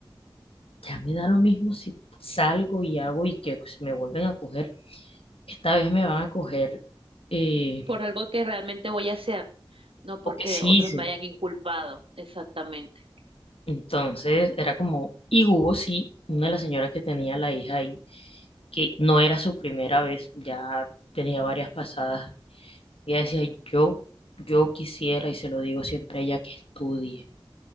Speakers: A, on the left; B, on the right.
A: ya me da lo mismo si salgo y hago y que si me vuelven a coger, esta vez me van a coger, eh,
B: Por algo que realmente voy a hacer, no porque
A: o que sí
B: otros
A: hice.
B: me hayan inculpado. Exactamente.
A: Entonces era como, y hubo sí, una de las señoras que tenía la hija ahí, que no era su primera vez, ya tenía varias pasadas. Ella decía, yo, yo quisiera, y se lo digo siempre a ella, que estudie,